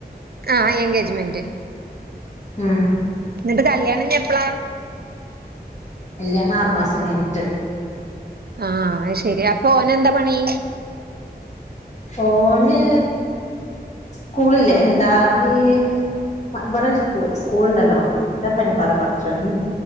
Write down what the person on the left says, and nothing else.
ഉം.
കല്ല്യാണാറ് മാസം കയ്ഞ്ഞ്ട്ട്.
ഓന് സ്കൂൾല്ലേ എന്താ ഈ ന്ന ബടെ ഒര് സ്കൂൾ സ്കൂള്ണ്ടല്ലോ. ന്താപ്പൊ അയ്‌ന് പറാ, പടച്ചോനെ